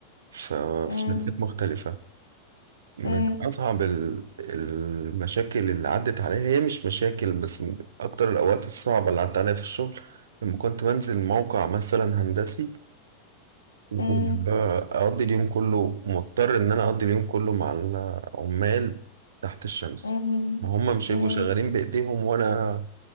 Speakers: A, on the right (about 65°); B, on the left (about 80°).
A: ف-
B: أمم،
A: في شركات مختلفه من
B: أمم،
A: اصعب ال- المشاكل اللي عدت عليا هي مش مشاكل بس من اكتر الاوقات الصعبه اللي عدت عليا في الشغل لما كنت بنزل موقع مثلا هندسي واقضي
B: أمم،
A: اليوم كله مضطر ان انا اقضي اليوم كله مع العمال تحت الشمس
B: أمم،
A: ما هم مش
B: أمم،
A: هيبقوا شغالين بايديهم وانا